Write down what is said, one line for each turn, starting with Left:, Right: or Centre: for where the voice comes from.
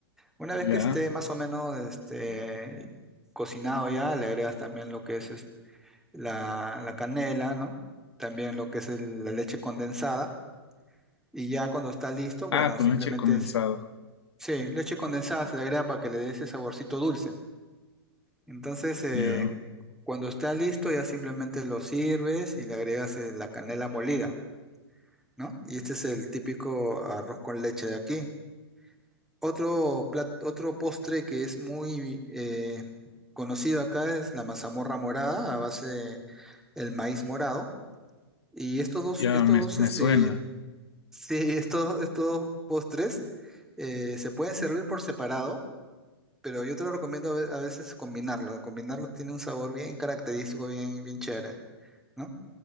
Centre: Una vez
Left: ya.
Centre: que esté más o menos este, cocinado ya, le agregas también lo que es, es, la, la canela, ¿no? También lo que es el- la leche condensada. Y ya cuando está listo, bueno,
Left: Ah, con
Centre: simplemente
Left: leche condensada.
Centre: es, sí, leche condensada se le agrega para que le dé ese saborcito dulce. Entonces, eh,
Left: Ya,
Centre: cuando está listo, ya simplemente lo sirves y le agregas eh, la canela molida, ¿no? Y este es el típico arroz con leche de aquí. Otro plat- otro postre que es muy eh, conocido acá es la mazamorra morada a base de el maíz morado. Y estos dos,
Left: ya
Centre: estos
Left: me,
Centre: dos,
Left: me
Centre: este,
Left: suena.
Centre: sí, <laughs> estos, estos postres eh, se pueden servir por separado pero yo te lo recomiendo a ve- a veces combinarlo. Combinarlo tiene un sabor bien característico, bien, bien chévere. ¿no?